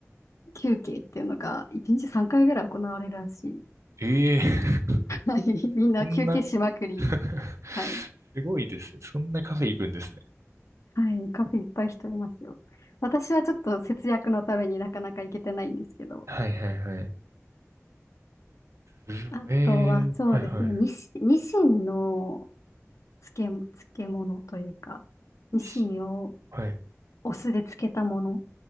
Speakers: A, on the left; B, on the right.
A: 休憩っていうのが1日3回ぐらい行われるらしい。
B: ええ
A: はい。<laughs>
B: <laughs>
A: みんな休憩しまくり。
B: そんな <laughs>
A: はい。
B: すごいですね。そんなカフェ行くんですね。
A: はい。カフェいっぱい人いますよ。私はちょっと節約のためになかなか行けてないんですけど。
B: はいはいはい。すごええー、
A: あとはそうですね。
B: はいはい。
A: ニシ、ニシンの漬け、漬物というか、ニシンを
B: しはい。
A: お酢で漬けたもの。